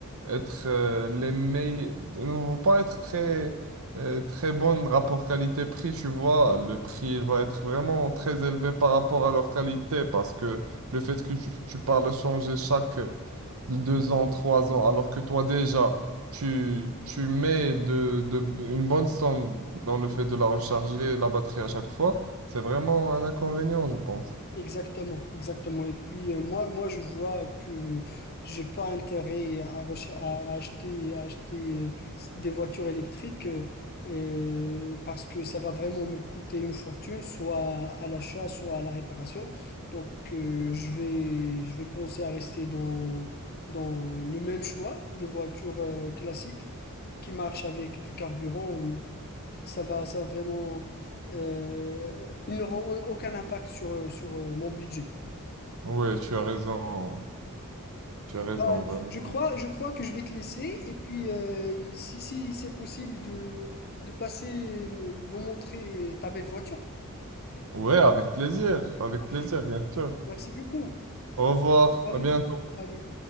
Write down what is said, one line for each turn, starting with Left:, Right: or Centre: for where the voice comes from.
Right: être euh, les meilleurs, ils ne vont pas être très, euh, très bonnes rapport qualité-prix, tu vois. Le prix il va être vraiment très élevé par rapport à leur qualité parce que le fait que tu, tu parles changer chaque de deux ans, trois ans, alors que toi déjà, tu, tu mets de, de- une bonne somme dans le fait de la recharger, la batterie à chaque fois, c'est vraiment un inconvénient, je pense.
Left: Exactement, exactement. Et puis euh, moi, moi, je vois que j'ai pas intérêt à, recha- à- à acheter, à acheter euh, s- des voitures électriques euh, euh, parce que ça va vraiment me coûter une fortune, soit à l'achat, soit à la réparation. Donc euh, je vais, je vais penser à rester dans, dans le même choix des voitures euh, classiques qui marchent avec du carburant. Ça va, ça va vraiment. euh, ils n'auront aucun impact sur, euh, sur euh, mon budget.
Right: Ouais, tu as raison, tu as raison,
Left: Bah,
Right: vraiment.
Left: je crois, je crois que je vais te laisser. Et puis, euh, si, si c'est possible de, de passer, me, me montrer ta belle voiture.
Right: Ouais, avec plaisir, avec
Left: Parfait.
Right: plaisir, bien sûr.
Left: Merci beaucoup.
Right: Au revoir,
Left: Salut.
Right: à bientôt.
Left: Salut.